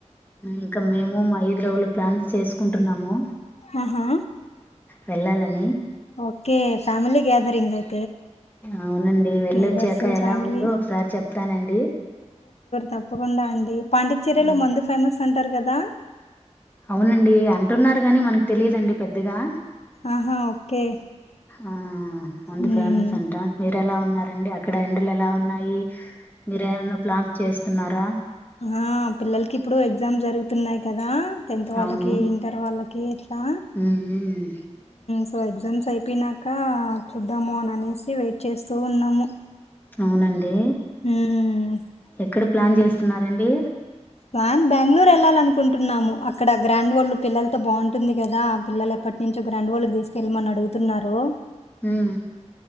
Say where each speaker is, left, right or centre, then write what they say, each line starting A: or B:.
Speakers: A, on the left; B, on the left.
A: ఇంకా మేము మా వీధిలో వాళ్లు ప్లాన్స్ చేసుకుంటున్నాము
B: ఆహా
A: వెళ్ళాలని
B: ఓకే ఫ్యామిలీ గేదరింగ్ అయితే
A: అవునండి వెళ్ళొచ్చాక
B: నైబర్స్
A: ఎలా
B: ఫ్యామిలీ
A: ఉందో ఒకసారి చెప్తానండి
B: తప్పు కుండా అండి పాండిచ్చేర
A: ఉమ్,
B: లో మందు ఫేమస్ అంటారు కదా
A: అవునండి అంటున్నారు గాని మనకు తెలియదండి పెద్దగా
B: ఆహా ఓకే
A: ఆ అంది
B: ఉమ్
A: ఫేమస్ అంట మీర ఎలా ఉన్నారండి అక్కడ ఇక్కడ ఎండలు ఎలా ఉన్నాయి మీరేమన్నా ప్లాన్ చేస్తున్నారా
B: ఆ పిల్లలకి ఇప్పుడు ఎగ్జామ్స్ జరుగుతున్నాయి కదా టెన్త్ వాళ్ళకి
A: అవును
B: ఇంటర్ వాళ్ళకి ఎట్లా
A: ఉమ్, ఉమ్.
B: సో ఎగ్జామ్స్ అయిపో ప్పినక చు ద్దాము అని అనేసి వెయిట్ చేస్తూ ఉన్నాము
A: అవునండి
B: ఉమ్
A: ఎక్కడ ప్లాన్ చేస్తున్నారండి
B: బన్ బంగళూరు వెళ్ళాలినుకుంటున్నాము అక్కడ గ్రాం డ్ వరల్డ్ పిల్లలతో బాగుంటుంది గదా పిల్లలు ఎప్పటి నుంచో గ్రాండ్ వరల్డ్ తీసుక వెళ్ళమని అడుగుతున్నారు
A: ఉ ఉ